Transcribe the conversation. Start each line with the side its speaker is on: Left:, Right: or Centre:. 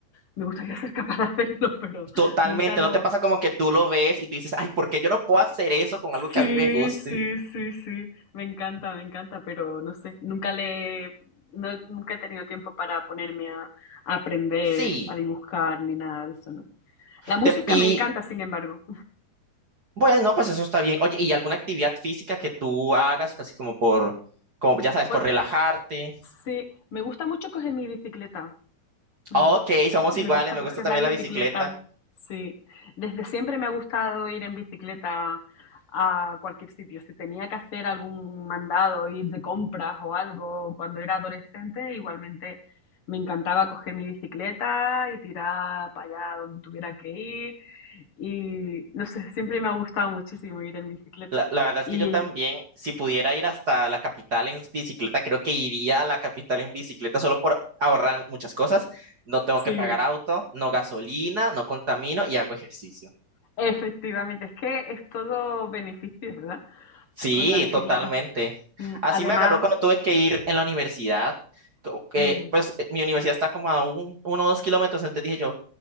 Left: me gustaría <laughs> ser capaz de hacerlo, pero
Right: Totalmente,
Left: nunca lo...
Right: ¿no te pasa como que tú lo ves y tú dices, ay, ¿por qué yo no puedo hacer eso con algo que
Left: Sí,
Right: a mí me guste?
Left: sí, sí, sí, me encanta, me encanta, pero no sé, nunca le... no- nunca he tenido tiempo para ponerme a, a aprender,
Right: Sí.
Left: a dibujar, ni nada de eso, ¿no? La música
Right: Te- y
Left: me encanta, sin embargo.
Right: bueno, pues eso está bien. Oye, ¿y alguna actividad física que tú hagas, así como por, como ya sabes,
Left: Pues
Right: por relajarte?
Left: sí, me gusta mucho coger mi bicicleta. Mm,
Right: Ok, somos
Left: eh, Me
Right: iguales,
Left: gusta
Right: me
Left: coger
Right: gusta también
Left: la bicicleta,
Right: la bicicleta.
Left: sí. Desde siempre me ha gustado ir en bicicleta a cualquier sitio. Si tenía que hacer algún mandado, ir de compras o algo, cuando era adolescente, igualmente me encantaba coger mi bicicleta y tirar para allá donde tuviera que ir. Y no sé, siempre me ha gustado muchísimo ir en bicicleta.
Right: La, la verdad es
Left: Y
Right: que yo también, si pudiera ir hasta la capital en bicicleta, creo que iría a la capital en bicicleta solo por ahorrar muchas cosas. No tengo que
Left: sí,
Right: pagar auto, no gasolina, no contamino y hago ejercicio.
Left: efectivamente, es que es todo beneficios, ¿verdad?
Right: Sí,
Left: Con la bicicleta.
Right: totalmente.
Left: Mm,
Right: Así
Left: Además,
Right: me agarró cuando tuve que ir en la universidad. co- que,
Left: mm,
Right: pues eh, mi universidad está como a un, uno o dos kilómetros, entonces dije yo,